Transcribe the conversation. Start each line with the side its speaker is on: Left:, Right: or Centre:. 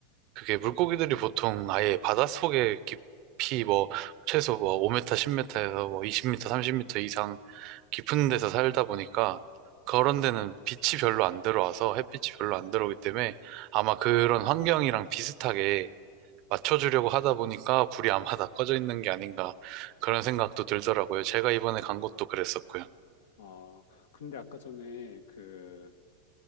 Right: 그게 물고기들이 보통 아예 바닷속에 깊이 뭐 최소 뭐 5m, 10m에서 뭐 20m, 30m 이상 깊은 데서 살다 보니까 그런 데는 빛이 별로 안 들어와서 햇빛이 별로 안 들어오기 때문에 아마 그런 환경이랑 비슷하게 맞춰주려고 하다 보니까 불이 아마 다 꺼져 있는 게 아닌가 그런 생각도 들더라고요. 제가 이번에 간 곳도 그랬었고요.
Left: 아, 근데 아까 전에 그